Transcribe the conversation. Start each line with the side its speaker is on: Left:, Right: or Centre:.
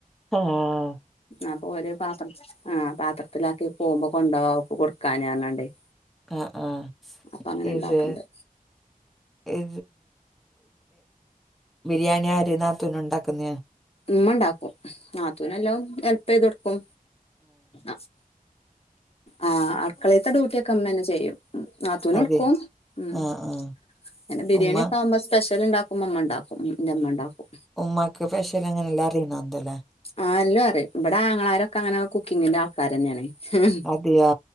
Centre: ആഹ്...
Left: അപ്പൊ ഒരു പാത്ര, ആഹ്. പാത്രത്തിലാക്കി പോകുമ്പോ കൊണ്ടോവാ ഓക്ക് കൊടുക്കാന് പറഞാൻണ്ടേയ്.
Centre: ആഹ് ആഹ്
Left: അപ്പൊ അങ്ങനെ
Centre: ഇത്
Left: ണ്ടാക്ക്ണ്ട്.
Centre: <unintelligible> ബിരിയാണി ആര് നാത്തൂന് ഉണ്ടാക്കുന്നെയാ?
Left: മ്മ ണ്ടാക്കും. നാത്തൂന് എല്ലാം ഹെല്പ് ചെയ്ത് കൊടുക്കും. ആഹ് ആഹ്, അട്ക്കളെത്തെ ഡ്യൂട്ടിയൊക്കെ മ്മന്നെ ചെയ്യും. ഉം. നാത്തൂനും
Centre: അതെ
Left: ഇട്ക്കും. ഉം.
Centre: ആഹ് ആഹ്
Left: പിന്നെ, ബിരിയാണിയൊക്കെ
Centre: ഉമ്മ
Left: ആവുമ്പോ സ്പെഷ്യൽ ണ്ടാ ഉമ്മമ്മ ണ്ടാക്കും, ന്റെമ്മ ണ്ടാക്കും.
Centre: ഉമ്മാക്ക് പെഷ്യൽ അങ്ങനെ എല്ലാം അറിയും എന്തല്ലേ?
Left: ആഹ്, എല്ലൊം അറിം. ഇബടെ ആങ്ങളാരൊക്കെ അങ്ങനെ കുക്കിങ്ങിന്റെ ആൾക്കാരെന്നെ ആണ്. ഹ് ഹും.
Centre: അതെയാ